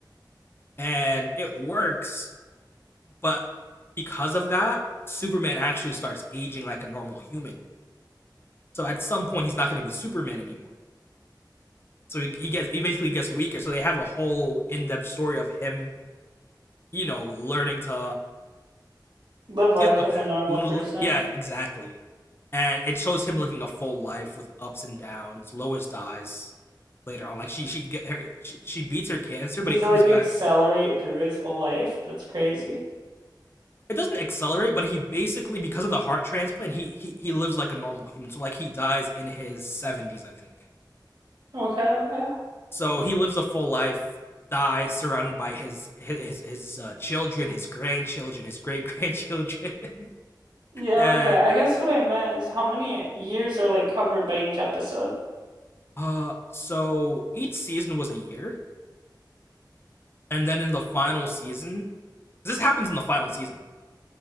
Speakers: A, on the left; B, on the right.
A: and it works. But because of that, Superman actually starts aging like a normal human. So at some point, he's not going to be Superman anymore. So he, he gets he basically gets weaker. So they have a whole in depth story of him, you know, learning to
B: Live
A: deal
B: life
A: with
B: as
A: that.
B: a normal person.
A: Yeah, exactly. And it shows him living a full life with ups and downs. Lois dies later on. Like she she get her she, she beats her cancer, but
B: Does
A: it
B: it
A: comes
B: like
A: back.
B: accelerate through his whole life? That's crazy.
A: It doesn't accelerate, but he basically because of the heart transplant, he he he lives like a normal human. So like he dies in his seventies, I think.
B: Okay, okay.
A: So he lives a full life, dies surrounded by his his his, uh, children, his grandchildren, his great grandchildren, <laughs>
B: Yeah,
A: and
B: okay. I guess what I meant is how many years are like covered by each episode.
A: uh, so each season was a year, and then in the final season, this happens in the final season.